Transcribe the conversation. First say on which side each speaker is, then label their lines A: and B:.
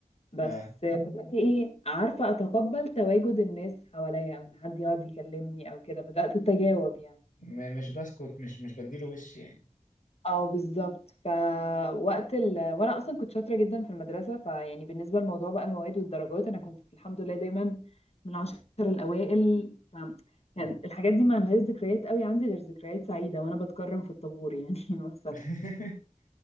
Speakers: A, on the left (about 50°); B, on the left (about 85°).
A: بس
B: آه.
A: بدأت ايه عارفة اتقبل تواجد الناس حواليا او ان حد يقعد يكلمني او كده بدأت اتجاوب يعني
B: م- مش بسكت مش مش بديله وش يعني
A: اه بالظبط فوقت ال... وانا اصلا كنت شاطرة جدا في المدرسة فيعني بالنسبة لموضوع بقى المواد والدرجات انا كنت الحمد لله دايما من العشر الاوائل فكان الحاجات دي ما لهاش ذكريات قوي عندي غير ذكريات سعيدة وانا بتكرم في الطابور يعني <laughs> مثلا
B: <laughs>